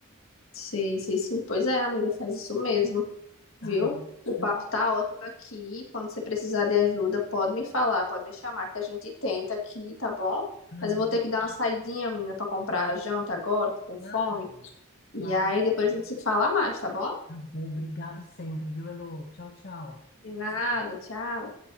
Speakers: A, on the left (about 65°); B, on the left (about 45°).
A: sim sei sim. Pois é, amiga, faz isso mesmo. viu?
B: Ai,
A: O papo
B: eu vou.
A: tá ótimo aqui. Quando você precisar de ajuda, pode me falar, pode me chamar, que a gente tenta aqui, tá bom?
B: Ai,
A: Mas eu
B: é
A: vou
B: verdade.
A: ter que dar uma saidinha, menina, pra comprar a janta agora, tô com
B: claro,
A: fome.
B: claro.
A: E aí depois a gente se fala mais, tá bom?
B: Tá bom, obrigado sempre, viu, Elô? Tchau, tchau.
A: De nada, tchau.